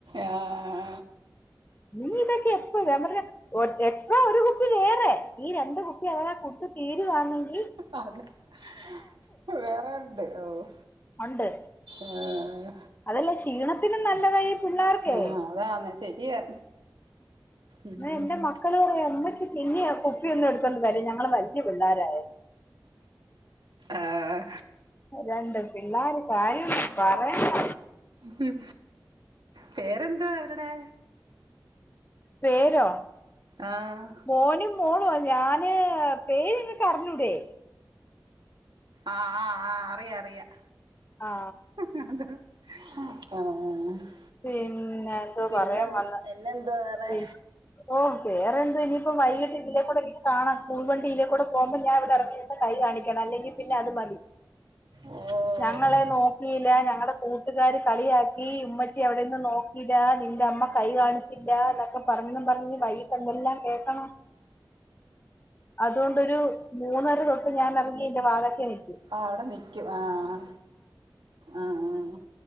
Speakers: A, on the right (about 85°); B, on the left (about 25°).
A: ആഹ്
B: നീ ഇതക്കെ എപ്പോ ഞാൻ പർഞ്ഞ് ഒ എക്സ്ട്രാ ഒര് കുപ്പി വേറെ ഈ രണ്ട് കുപ്പി അതവാ കുടിച്ച് തീരവാന്നങ്കി
A: ആന്നൊ വേറെ ഉണ്ട് ഓഹ്
B: ഉണ്ട്
A: ആഹ്
B: അതല്ല ക്ഷീണത്തിനും നല്ലതാ ഈ പിള്ളാർക്കെ
A: ആഹ് അതാന്ന് ശരിയാ ഉം
B: എന്നാ എന്റെ മക്കള് പറയാ ഉമ്മച്ചി പിന്നെ ആ കുപ്പിയൊന്നും എടുത്തോണ്ട് വരല്ലും ഞങ്ങള് വല്യ പിള്ളാരായന്ന്
A: ആഹ്
B: രണ്ട് പിള്ളാര കാര്യം ഒന്നും പറയണ്ട
A: ഉം പേരെന്തുവാ അവരുടെ
B: പേരോ
A: ആഹ്
B: മോനും മോളുവാ ഞാന് പേര് നിങ്ങൾക്ക് അറിഞ്ഞു കൂടെ
A: ആഹ് ആഹ് ആഹ് അറിയാം അറിയാം
B: ആ
A: <unintelligible>
B: പിന്നെ എന്തോ
A: പിന്നെ
B: പറയാൻ വന്ന്
A: പിന്നെന്തുവാ വേറെ
B: പി ഓ വേറെന്തുവാ ഇനിയിപ്പോ വൈകീട്ട് ഇതിലെ കൂടെ എനിക്ക് കാണാം സ്കൂൾ വണ്ടി ഇതിലേ കൂടെ പോകുമ്പോ ഞാൻ ഇവിടെ ഇറങ്ങി കൈ കാണിക്കണം അല്ലെങ്കി പിന്നെ അത് മതി
A: ഓ
B: ഞാ ഞങ്ങളെ നോക്കിയില്ല ഞങ്ങള കൂട്ടുകാര് കളിയാക്കി ഉമ്മച്ചി ച്ചി അവിടെ നിന്ന് നോക്കിയില്ല നിന്റെ അമ്മ കൈ കാണിച്ചില്ല എന്നൊക്കെ പറഞ്ഞെന്നും പറഞ്ഞ് വൈകിട്ട് എന്തെല്ലാം കേൾക്കണം അതുകൊണ്ട് ഒരു മൂന്നര തൊട്ട് ഞാൻ ഇറങ്ങി അതിന്റെ വാത്ക്കെ നിൽക്കും
A: ആഹ് അവിടെ നിക്കും ആഹ് ആഹ്